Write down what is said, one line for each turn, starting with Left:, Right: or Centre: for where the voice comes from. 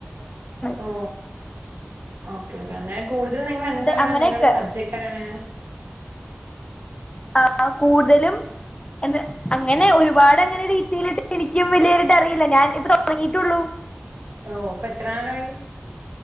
Right: ഓ
Left: <unintelligible>
Right: ഓക്കെ ഓക്കേ എന്നാലും കൂടുതൽ നിങ്ങള് എന്താണ്
Left: അങ്ങനെയൊക്കെ
Right: നിങ്ങളടെ സബ്ജക്ട്ണ്
Left: ആ കൂതലും എന്ന് അങ്ങനെ ഒരുപാട് ങ്ങനെ രീറ്റയിലയിട്ട് എനിക്കും വലിയായിട്ട് അറിയില്ല ഞാൻ ഇത്ര തുടങ്ങിട്ടുള്ളൂ
Right: ഓ ഇപ്പൊ എത്രനാളായി